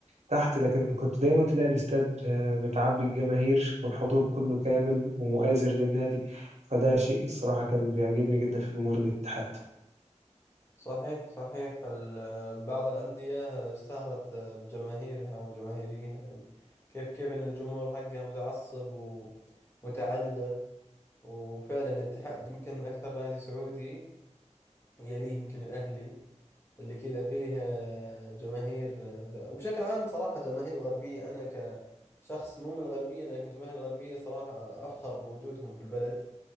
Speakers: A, on the right; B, on the left.
A: تحت لكن كنت دايما تلاقي الاستاد آه، متعبي الجماهير والحضور كله كامل ومؤازر للنادي فده شيء الصراحة كان بيعجبني جدا في جمهور الاتحاد
B: صحيح صحيح ال- بعض الأندية اشتهرت بجماهيرها وجماهيريها كيف كيف أن الجمهور حقها متعصب ومتعلق وفعلا الاتحاد يمكن أكثر نادي سعودي يليه يمكن الأهلي اللي كذا فيه جماهير ذا وبشكل عام صراحة جماهير الغربية أنا كشخص مو من الغربية لكن جماهير الغربية صراحة أفخر بوجودهم في البلد